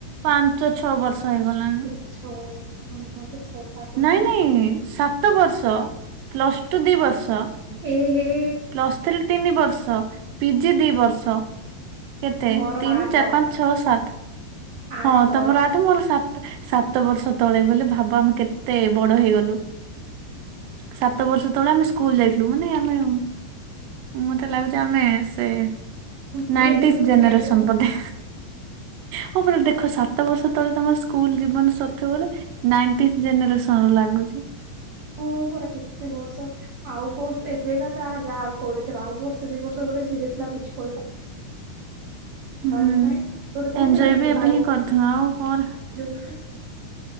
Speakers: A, on the right (about 80°); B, on the right (about 65°).
A: ପାଞ୍ଚ ଛଅ ବର୍ଷ ହେଇଗଲା
B: ଛଅ ତ <unintelligible> ଛଅ ପାଞ୍ଚ
A: ନାଇଁ
B: ଗଣି
A: ନାଇଁ ସାତ ବର୍ଷ ପ୍ଲସ ଟୁ ଦି ବର୍ଷ
B: ଏ ହେ
A: ପ୍ଲସ୍ ଥ୍ରୀ ତିନି ବର୍ଷ ପିଜି ଦି ବର୍ଷ କେତେ
B: ମୋର
A: ତିନି
B: ଆଠ
A: ଚାରି ପାଞ୍ଚ ଛଅ ସାତ
B: ଆଠ
A: ହଁ
B: ମୋର
A: ତମର ଠ ମୋର ସାତ ସାତ ବର୍ଷ ତଳେ ବୋଲି ଭାବ ଆମେ କେତେ ବଡ ହେଇଗଲୁ ସାତ ବର୍ଷ ତଳେ ଆମେ ସ୍କୁଲ ଯାଇଥିଲୁ ମାନେ ଆମେ ମତେ ଲାଗୁଛି ଆମେ ସେ
B: ବୁଢୀ
A: ନାଇଟି
B: ହେଲିଣି ମୁଁ
A: ଜେନେରେସନ୍
B: ଏମିତି ଲାଗିଲାଣି
A: ବଧେ ହଁ ମାନ ଦେଖ ସାତ ବର୍ଷ ତଳେ ତମର ସ୍କୁଲ ଜୀନ ସତ ବୋଲେ ନାଇଟି ଜେନେରେସନ ରୁ ଲାଗୁଛି
B: ଓ ପରା କେତେ ବର୍ଷ ଆଉ କୋର୍ଷ ଏବେକା ଯାହା ଯାହା କରିଥିବା ଆଉ ବର୍ଷ ଦି ବର୍ଷ ଗଲେ ସିରିଏଶ୍ ଆଉ କିଛି କରି
A: ହୁଁ
B: କରିବୁ ନାହିଁ ତ ତ କୋଉଥିଲା
A: ଏଞ୍ଜୟ ବି
B: ସେ
A: ଏବେ
B: ଭାଇ
A: ହିଁ କରିଥିବ ଆଉ ପରେ
B: ଯଉ